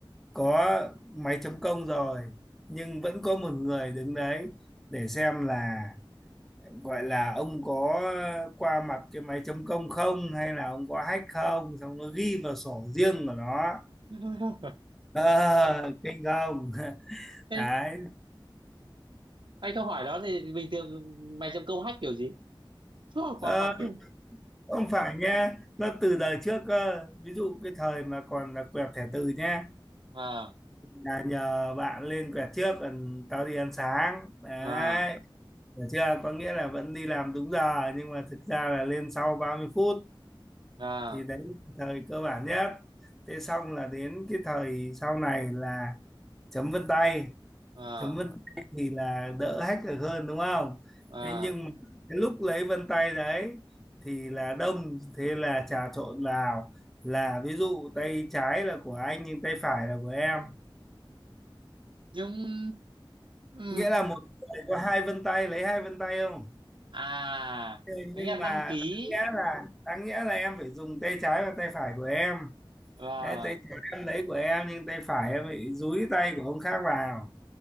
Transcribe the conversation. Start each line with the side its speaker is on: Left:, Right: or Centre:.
Centre: có máy chấm công rồi nhưng vẫn có một người đứng đấy để xem là gọi là ông có qua mặt cái máy chấm công không hay là ông có hack không xong nó ghi vào sổ riêng của nó
Right: <laughs>
Centre: Ờ, kinh không <laughs>
Right: Ê,
Centre: đấy
Right: anh câu hỏi đó thì bình thường mày chấm câu hack kiểu gì? <laughs> Qua
Centre: Ờ,
Right: mặt kìa.
Centre: không phải nha nó từ đời trước cơ ví dụ cái thời mà còn là quẹt thẻ từ nha
Right: À,
Centre: là nhờ bạn lên quẹt trước còn tao đi ăn sáng đấy
Right: à,
Centre: hiểu chưa có nghĩa là vẫn đi làm đúng giờ nhưng mà thực ra là lên sau ba mươi phút
Right: à,
Centre: thì đấy là thời cơ bản nhất thế xong là đến cái thời sau này là chấm vân tay
Right: à,
Centre: chấm vân tay thì là đỡ hack được hơn đúng không
Right: à,
Centre: thế nhưng mà cái lúc lấy vân tay đấy thì là đông thế là trà trộn vào là ví dụ tay trái là của anh nhưng tay phải là của em
Right: nhưng, ừ,
Centre: nghĩa là một người có hai vân tay lấy hai vân tay không
Right: à
Centre: Thế
Right: nghĩa
Centre: nhưng
Right: là
Centre: mà
Right: đăng ký
Centre: đáng nghĩa là đáng nghĩa là em phải dùng tay trái và tay phải của em
Right: vâng
Centre: Thế tay trái em lấy của em nhưng tay phải em bị dúi tay của ông khác vào